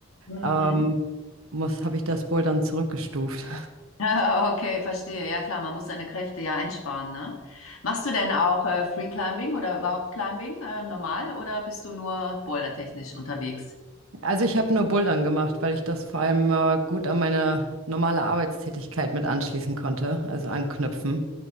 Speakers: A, on the left; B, on the right.
A: Mhm.
B: ähm, muss, habe ich das Bouldern zurückgestuft.
A: <laughs> Okay, verstehe. Ja klar, man muss seine Kräfte ja einsparen, ne? Machst du denn auch äh, Free Climbing oder überhaupt Climbing äh, normal oder bist du nur bouldertechnisch unterwegs?
B: Also ich habe nur Bouldern gemacht, weil ich das vor allem äh, gut an meine normale Arbeitstätigkeit mit anschließen konnte, also anknüpfen.